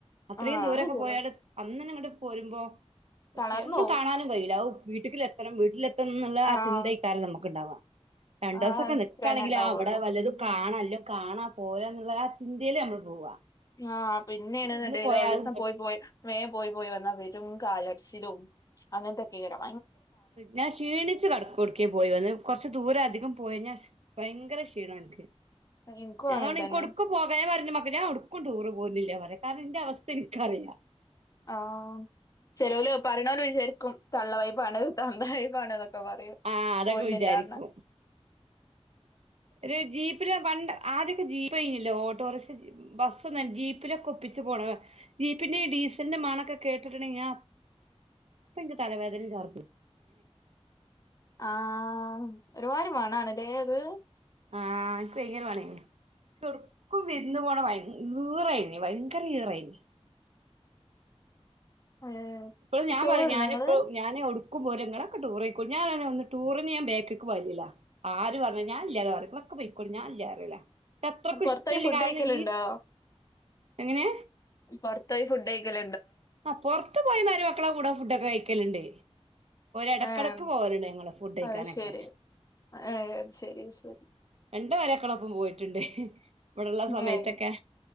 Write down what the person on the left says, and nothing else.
ആഹ്
അത് ശരിയാ
തളർന്നു
പോവും.
ആഹ്
ആ
അത്രന്നെ
ഉണ്ടാവുള്ളൂ.
ആ പിന്നെണ്ന്ന്ണ്ടേല്
ഒരിസം
പോയി പോയി വേ പോയി പോയി വന്നാൽ പെരും കാല് ചിലും അങ്ങനത്തൊക്കേക്കാരം.
ഇൻക്കും
അങ്ങൻ
തന്നെ
ആ ചെലോൽ പറയണോൽ വിചാരിക്കും തള്ളവയ്പാണ് തന്തവയ്പാണ് ന്നൊക്കെ പറയും.
പോര്നില്ലാർഞ്ഞാ
ആ ഒരുമാതിരി മണാണല്ലേ അത്
ഉം
ചോറ്
തിന്നോ
ഇങ്ങള്
പൊർത്തോയി
ഫുഡ്
കഴിക്കല്ണ്ടോ
പുറത്ത പോയി ഫുഡ് കായിക്കൽ
ഏഹ്
അത് ശെരി ഏഹ് അത് ശെരി ശെരി
ഏഹ്